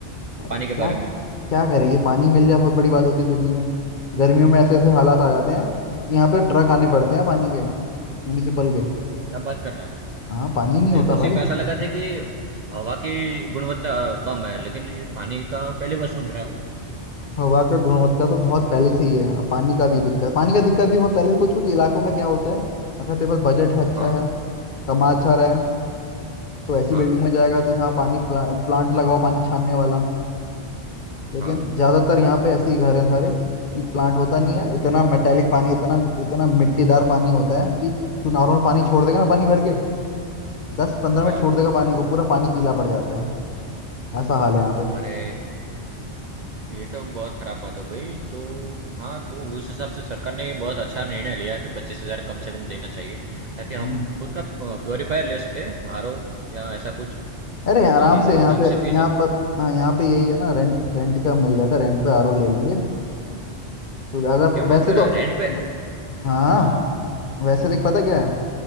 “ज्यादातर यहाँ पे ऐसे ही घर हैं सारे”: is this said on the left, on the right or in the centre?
Left